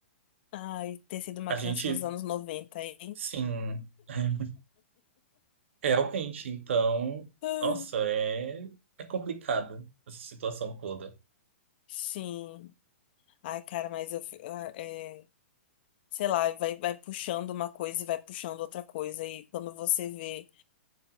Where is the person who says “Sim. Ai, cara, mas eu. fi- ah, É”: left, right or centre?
Left